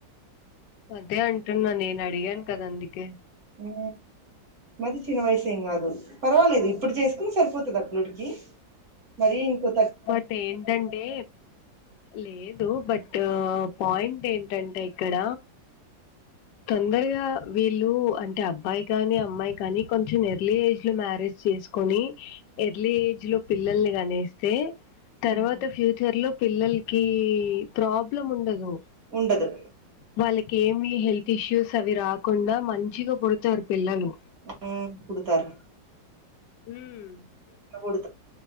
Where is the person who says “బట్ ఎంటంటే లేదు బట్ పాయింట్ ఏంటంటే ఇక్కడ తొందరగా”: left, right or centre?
Left